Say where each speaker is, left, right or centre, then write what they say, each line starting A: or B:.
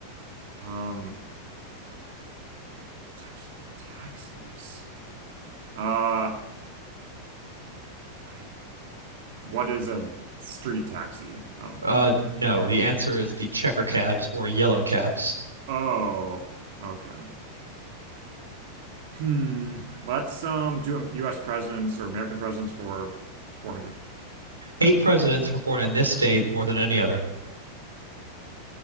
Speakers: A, on the right (about 50°); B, on the right (about 80°).
A: Um, types of taxis. Uh, I what is a street taxi? I don't
B: Uh, no, the answer is the checker cabs or yellow cabs.
A: Oh, okay. Hmm. Let's um do U.S. presidents or American presidents for 400.
B: Eight presidents were born in this state more than any other.